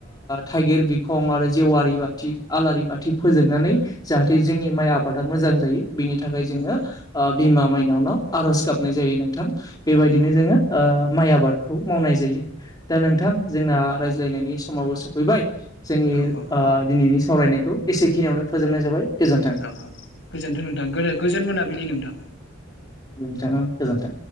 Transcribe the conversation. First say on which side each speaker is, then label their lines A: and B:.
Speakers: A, on the left; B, on the left.
A: थाइगेर बिखं आरो जेवारि बाथि आलारि बाथि फोजोंनानै जाहाथे जोंनि माइ आबादा मोजां जायो बिनि थाखाय जोंङो
B: नंगौ
A: ओ बिमा माइनावनाव आर'ज गाबनाय जायो नोंथां बेबायदिनो
B: नंगौ
A: जोंङो माइ आबादखौ मावनाय जायो। <inaudible> दा नोंथां जोंना रायज्लायनायनि समावबो सफैबाय जोंनि
B: औ औ
A: आह दिनैनि सावरायनायखौ एसेखिनियावनो फोजोबनाय जाबाय। गोजोन्थों
B: औ औ गोजोनथों नोंथां गोजोन मोनाबिलि नोंथां।
A: गोजोनथों।